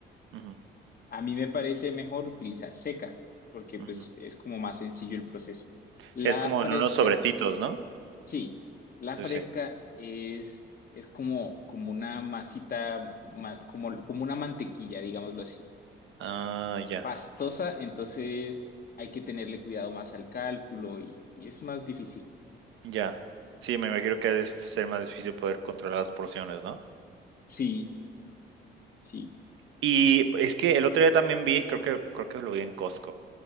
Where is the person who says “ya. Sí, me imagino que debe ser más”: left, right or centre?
Right